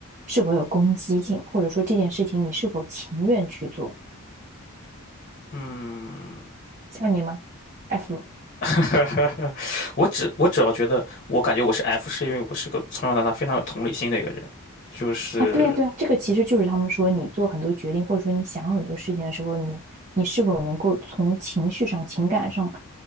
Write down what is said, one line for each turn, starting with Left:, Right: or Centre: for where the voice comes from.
Right: 是否有攻击性，或者说这件事情你是否情愿去做。
Left: 嗯，
Right: 像你吗？F
Left: <laughs> 我只我只要觉得，我感觉我是 F，是因为我是个从小到大非常有同理心的一个人，就是
Right: 啊，对呀，对呀，这个其实就是他们说，你做很多决定，或者说你想很多事情的时候，你你是否能够从情绪上、情感上